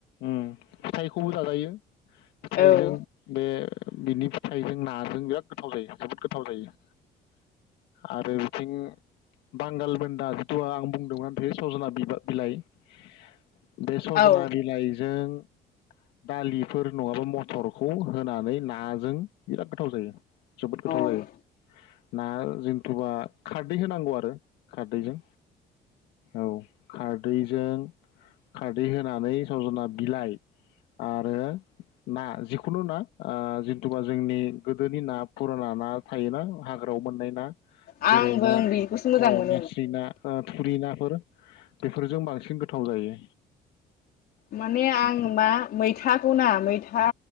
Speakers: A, on the left; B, on the left.
A: उम फिथाइखौबो जाजायो । फिथाइजों
B: ओं
A: बे बिनि फिथाइजों नाजों बिराद गोथाव जायो जोबोद गोथाव जायो आरो बिथिं बांगालबोन्दा जिथुआ आं बुंदोंमोन बे सजना बिबा बिलाइ । बे सजना
B: औ
A: बेजों । दालिफोर नङाबा मथरखौ होनानै नाजों बिराद गोथाव जायो। जोबोथ गोथाव
B: औ
A: जायो। ना जेनथुबा खारदै होनांगौ आरो खारदैजों। औ खारदैजों खारदै होनानै सजना बिलाइ। आरो ना जिखुनु ना जिन्थुुबा जोंनि गोदोनि ना फुराना ना थायोना। हाग्रायाव मोननाय ना
B: आंबो
A: गोरै ना,
B: बेखौसो मोजां
A: औ
B: मोनो
A: नेस्रि ना, थुरि नाफोर बेफोरजों बांसिन गोथाव जायो।
B: माने आं
A: बेफोरो
B: मा मैथाखौ ना मैथा